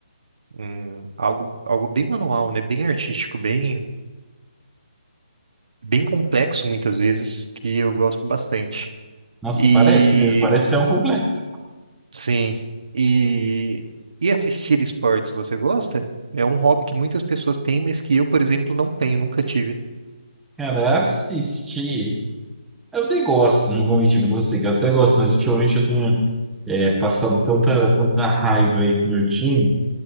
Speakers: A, on the right; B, in the centre.
A: um- algo, algo bem manual, né? Bem artístico, bem, bem complexo muitas vezes, que eu gosto bastante.
B: Nossa,
A: E
B: parece mesmo, parece ser um complexo.
A: sim, e, e assistir esportes você gosta? É um hobby que muitas pessoas têm, mas que eu, por exemplo, não tenho, nunca tive.
B: Cara, assistir. Eu até gosto, não vou mentir pra você, que eu até gosto, mas ultimamente eu tenho é, passado tanta, tanta raiva aí com o meu time.